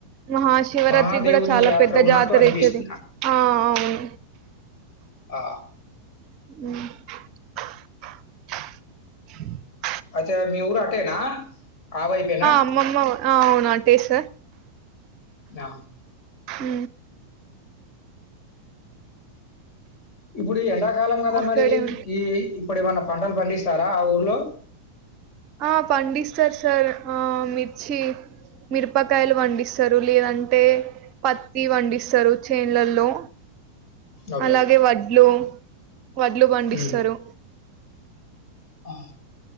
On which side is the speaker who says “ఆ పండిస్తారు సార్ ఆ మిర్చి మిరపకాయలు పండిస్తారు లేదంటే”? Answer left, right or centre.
Right